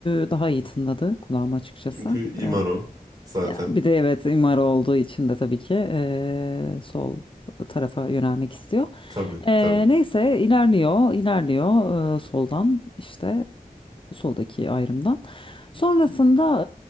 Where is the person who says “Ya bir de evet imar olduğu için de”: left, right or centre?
Left